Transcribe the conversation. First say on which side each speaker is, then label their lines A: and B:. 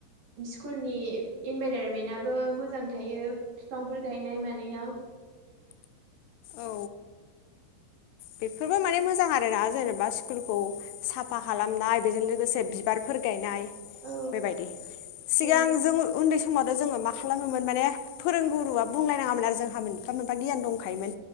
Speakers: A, on the right (about 55°); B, on the left (about 85°).
A: स्कुलनि इनभाइरनमेन्टाबो मोजां थायो फिफांफोर गायनाय मानायाव
B: औ बेफोरबो माने मोजां आरोना जेनेबा स्कुलखौ साफा खालामनाय बेजों लोगोसे बिबारफोर गायनाय
A: औ
B: बेबायदि सिगां
A: औ
B: जों उन्दै स समावथ' जोङो मा खालामोमोन माने फोरोंगुरुवआ बुंलायनाङामोन आरो जोंहा मोनफा मोनफा गियान दंखायोमोन